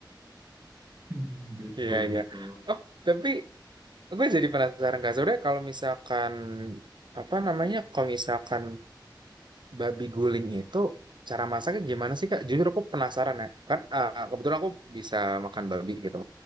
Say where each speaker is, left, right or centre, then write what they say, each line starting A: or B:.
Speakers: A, on the right (about 30°); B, on the right (about 70°).
A: <laughs> Gitu
B: Iya iya.
A: gitu.
B: Oh tapi Gue jadi penasaran Kak Sore kalau misalkan apa namanya kalau misalkan babi guling itu cara masaknya gimana sih Kak? Jujur aku penasaran ya. Kan eh, kebetulan aku bisa makan babi gitu.